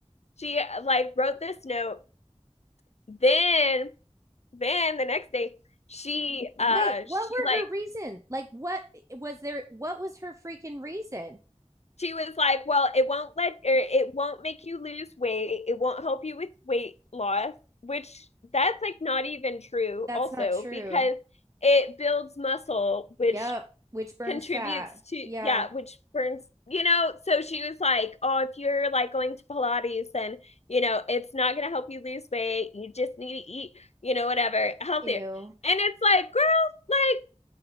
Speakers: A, on the left (about 70°); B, on the right (about 25°).
A: She like wrote this note. Then then the next day she <laughs> uh
B: Wait, what
A: she
B: were
A: like
B: her reason? Like, what was there? What was her freaking reason?
A: she was like, "Well, it won't let or it won't make you lose weight. It won't help you with weight loss." Which that's like not even true
B: That's
A: also
B: not true.
A: because it builds muscle which
B: Yep, which burns
A: contributes
B: fat.
A: to
B: Yeah,
A: yeah which burns you know so she was like oh if you're like going to pilates then you know it's not going to help you lose weight you just need to eat you know whatever healthier
B: ew.
A: and it's like girl like